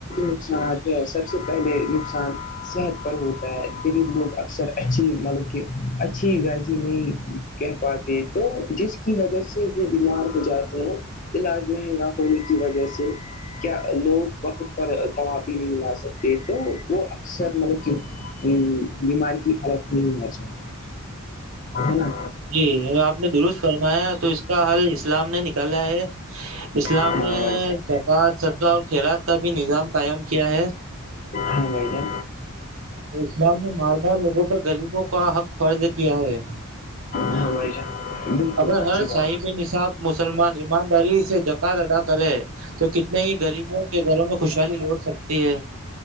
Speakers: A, on the left; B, on the right.
A: نقصانات سب سے پہلے نقصان صحت پر ہوتا ہے غریب لوگ اکثر اچھی مطل اچھی رازی نہیں کہہ پاتے ہیں تو جس کی وجہ سے بیمار ہو جاتے ہیں علاج مہنگا ہونے کی وجہ سے کیا لوگ وقت پر دو اب بھی نہیں لا سکتے تو وہ اکثر مطلب کی بیمار کی حرق نہیں ہونا چاہیے نا
B: جی آپ نے درست فرمایا تو اس کا حل اسلام نے نکالا ہے اسلام
A: ہاں
B: نے
A: بھائی جان
B: زکات صدقہ اور کھییرات کا بھی نظام قائم کیا ہے
A: ہاں بھٹا
B: تو اسلام نے مال دار لوگوں پر غریبوں کا حق فرض کیا ہے
A: ہاں بھائی جان بالکل
B: اگر ہر
A: اچھی بات
B: صاحب نصاب مسلمان ایمانداری سے جکات ادا کرے تو کتنے ہی غریبوں کے گھروں میں خوشحالی لوٹ سکتی ہے